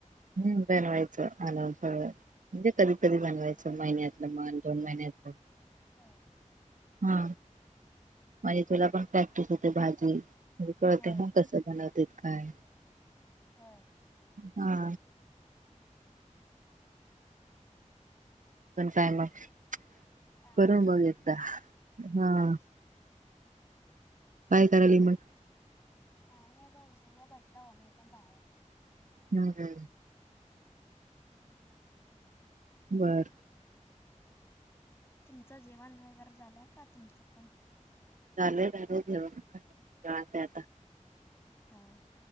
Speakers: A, on the right; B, on the left.
A: हम्म बनवायच आणून प म्हणजे कधी कधी बनवायचं महिन्यातन म्हन दोन महिन्यातन.
B: ह.
A: हा म्हणजे तुला पण प्रॅक्टिस होते भाजी म्ह कळते
B: होय
A: ना कस बनवतेत काय.
B: होय.
A: हा. पण काय मग.
B: काय
A: करून
B: नाही
A: बघ एकदा हा.
B: होय
A: काय करायली
B: काय
A: मग
B: नाही बघंग <unintelligible> बटला हो मी पण बाहेर.
A: हम् हम् <unintelligible> बरं.
B: तुमचं जेवण वगैरे झालंय का तुमचं पण.
A: चाले झाले झाल जेवन <unintelligible> ठेव आता
B: होय.